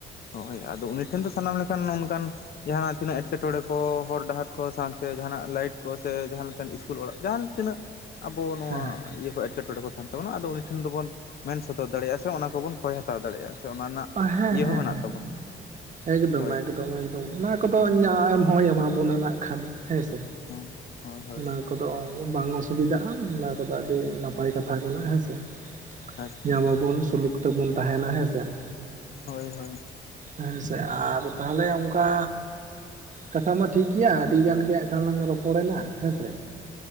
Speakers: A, on the left (about 50°); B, on the right (about 40°).
A: ᱦᱳᱭ ᱟᱫᱚ ᱩᱱᱤ ᱴᱷᱮᱱ ᱫᱚ ᱥᱟᱱᱟᱢ ᱞᱮᱠᱟᱱ ᱚᱱᱠᱟᱱ ᱡᱟᱦᱟᱸᱱᱟᱜ ᱛᱤᱱᱟᱹᱜ ᱮᱴᱠᱮᱴᱚᱬᱮ ᱠᱚ ᱦᱚᱨ ᱰᱟᱦᱟᱨ ᱠᱚ ᱥᱟᱶᱛᱮ ᱡᱟᱦᱟᱱᱟᱜ ᱞᱟᱭᱤᱴ ᱠᱚ ᱥᱮ ᱡᱟᱦᱟᱸ ᱞᱮᱠᱟᱱ ᱤᱥᱠᱩᱞ ᱚᱲᱟᱜ ᱡᱟᱦᱟᱸ ᱛᱤᱱᱟᱹᱜ ᱟᱵᱚ ᱱᱚᱣᱟ
B: ᱦᱮᱸ
A: ᱤᱭᱟᱹ ᱠᱚ ᱮᱴᱠᱮᱴᱚᱬᱮ ᱠᱚ ᱛᱟᱦᱮᱱ ᱛᱟᱵᱚᱱᱟ ᱟᱫᱚ ᱩᱱᱤ ᱴᱷᱮᱱ ᱫᱚᱵᱚᱱ ᱢᱮᱱ ᱥᱚᱫᱚᱨ ᱫᱟᱲᱮᱭᱟᱜᱼᱟ ᱥᱮ ᱚᱱᱟ ᱠᱚᱵᱚᱱ ᱠᱷᱚᱭ ᱦᱟᱛᱟ ᱦᱟᱛᱟᱣ ᱫᱟᱲᱮᱭᱟᱜᱼᱟ ᱥᱮ ᱚᱱᱟ ᱨᱮᱱᱟᱜ
B: ᱦᱮᱸ
A: ᱤᱭᱟᱹ
B: ᱦᱮᱸ
A: ᱦᱚᱸ ᱢᱮᱱᱟᱜ ᱛᱟᱵᱚᱱᱟ
B: ᱮᱠᱫᱚᱢ
A: ᱦᱳᱭ
B: ᱮᱠᱫᱚᱢ ᱮᱠᱫᱚᱢ ᱚᱱᱟ ᱠᱚᱫᱚ ᱮᱢ ᱦᱚᱸᱭ ᱮᱢᱟ ᱵᱚᱱᱟ ᱱᱟᱜ ᱠᱷᱟᱱ, ᱦᱮᱸ ᱥᱮ
A: ᱦᱮᱸ ᱦᱳᱭ ᱦᱳᱭ
B: ᱚᱱᱟ ᱠᱚᱫᱚ ᱵᱟᱝ ᱚᱥᱩᱵᱤᱫᱟᱜᱼᱟ ᱚᱱᱟ ᱠᱚᱫᱚ ᱟᱹᱰᱤ ᱱᱟᱯᱟᱭ ᱠᱟᱛᱷᱟ ᱠᱟᱱᱟ ᱦᱮᱸ ᱥᱮ ᱾
A: ᱮᱠᱫᱚᱢ
B: ᱧᱟᱢ ᱟᱵᱚᱱ ᱥᱩᱞᱩᱠ ᱛᱮᱵᱚᱱ ᱛᱟᱦᱮᱱᱟ ᱦᱮᱸᱥᱮ ᱾
A: ᱦᱳᱭ ᱦᱳᱭ ᱾
B: ᱦᱮᱸ ᱥᱮ ᱟᱨ ᱛᱟᱦᱚᱞᱮ ᱚᱱᱠᱟ ᱠᱟᱛᱷᱟ ᱢᱟ ᱴᱷᱤᱠ ᱜᱮᱭᱟ ᱟᱹᱰᱤ ᱜᱟᱱ ᱜᱮ ᱦᱟᱸᱜ ᱠᱷᱟᱱ ᱞᱟᱝ ᱨᱚᱯᱚᱲᱮᱱᱟ ᱦᱮᱸᱥᱮ,